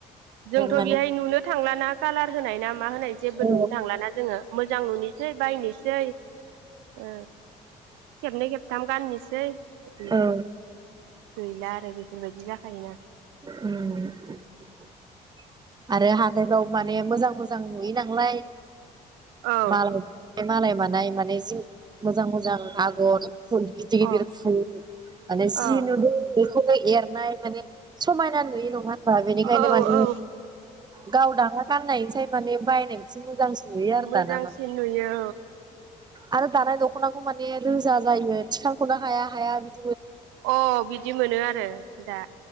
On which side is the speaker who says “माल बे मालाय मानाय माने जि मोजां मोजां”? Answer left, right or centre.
Right